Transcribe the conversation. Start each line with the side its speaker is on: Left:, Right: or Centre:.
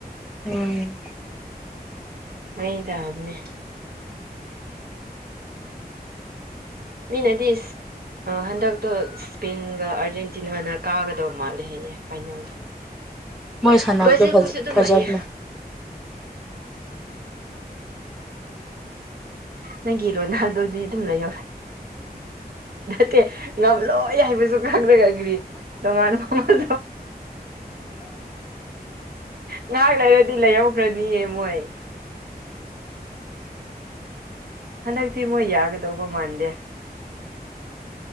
Centre: ꯎꯝ
Right: ꯑꯩ ꯊꯕꯅꯦ ꯃꯤ ꯅꯗꯤꯁ ꯍꯟꯗꯛꯇꯣ ꯏꯁ꯭ꯄꯦꯟꯒ ꯑꯥꯔꯖꯦꯟꯇꯤꯅꯥꯅ ꯀꯥꯒꯗꯧ ꯃꯥꯜꯂꯦ ꯍꯌꯦꯌꯦ ꯐꯥꯏꯅꯦꯜꯗ
Centre: ꯃꯣꯏ ꯁꯥꯟꯅꯕꯗꯣ
Right: ꯕ꯭ꯔꯖꯤꯜ
Centre: ꯐꯖ
Right: ꯈꯣꯏꯁꯨ ꯑꯗꯨꯝ
Centre: ꯐꯖꯕꯅꯦ
Right: ꯍꯩꯌꯦ ꯅꯪꯒꯤ ꯔꯣꯅꯥꯜꯗꯣꯗꯤ ꯑꯗꯨꯝ ꯂꯩꯍꯧꯔꯅꯤ ꯅꯠꯇꯦ ꯉꯝꯂꯣꯏ ꯍꯥꯏꯕꯁꯨ ꯈꯪꯅꯔꯒ ꯀ꯭ꯔꯤ ꯇꯣꯉꯥꯟ ꯃꯃꯜ ꯉꯥꯏꯍꯥꯛ ꯂꯩꯔꯗꯤ ꯂꯩꯍꯧꯈ꯭ꯔꯗꯤ ꯅꯤ ꯃꯣꯏ ꯍꯟꯗꯛꯇꯤ ꯃꯣꯏ ꯌꯥꯒꯗꯧꯕ ꯃꯥꯟꯗꯦ